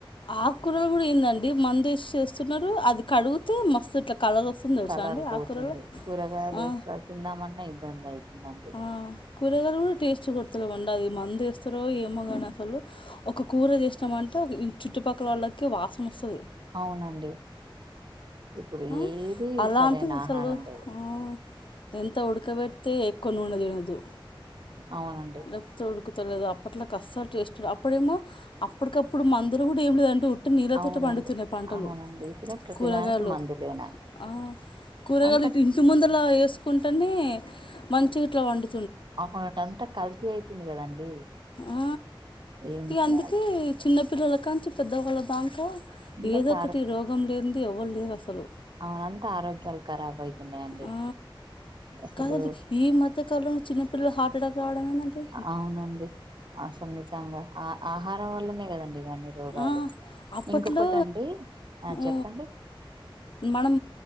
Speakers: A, on the left; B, on the right.
A: ఆ కూరలు కూడా ఏందండి మందు వేసి చేస్తున్నారు అది కడుగితే మస్తు ఇట్లా కలర్ వస్తుంది తెలుసా
B: కలర్
A: అండి
B: పోతుంది
A: ఆకుకూరలో
B: కూరగాయలు
A: ఆ
B: కూడా తిందామన్నా ఇబ్బంది అవుతుందండి
A: ఆ కూరగాయలు కూడా టేస్ట్ కొడతలేవండి అది మందు వేస్తారో ఏమో కానీ అసలు ఒక కూర చేసినామంటే ఒక చుట్టుపక్కల వాళ్ళకి వాసన వస్తుంది
B: అవునండి ఇప్పుడు
A: ఆ
B: ఏది
A: అలాంటిది
B: సరైన
A: అసలు
B: ఆహారం లేదు
A: ఆ ఎంత ఉడకబెడితే ఎక్కువ నూనె తినదు
B: అవునండి
A: చెప్పుత ఉడుకుతలేదు అప్పట్లా కస్సలు టేస్ట్ అప్పుడేమో అప్పటికప్పుడు మందుర కూడా ఏమి లేదంటే ఉట్టి నీళ్ళతోటే
B: అవునండి
A: పండుతున్నాయి పంటలు
B: అవునండి ఇప్పుడే ప్రతిదానికి
A: కూరగాయలు
B: మందులేనా
A: ఆ కూరగాయలు
B: అంత
A: ఇంటి ముందలా వేసుకుంటేనే మంచిగ ఇట్ల పండు
B: అవునటంతా కల్తీ అయితుంది కదండి
A: ఆ
B: ఏం
A: ఇక
B: చేయాలంటే
A: అందుకే
B: సే
A: చిన్నపిల్లల కాంచి పెద్దవాళ్ళ దాంక
B: అందరికి
A: ఏదో ఒకటి రోగం లేనిది ఎవరు లేరు అసలు.
B: ఆ అంతా ఆరోగ్యాలు ఖరాబ్ అయితున్నాయండీ
A: ఆ
B: అసలు
A: కాదండి ఈ మత కాలంలో చిన్న పల్లలు హార్ట్ అటాక్ రావడం ఎందంటే
B: అవునండి అసలు నిజంగ ఆ ఆహారం వల్లనే కదండి ఇవన్నీ రోగాలు,
A: ఆ, అప్పట్లో
B: ఇంకొకటండి ఆ
A: ఊ,
B: చెప్పండి
A: మనం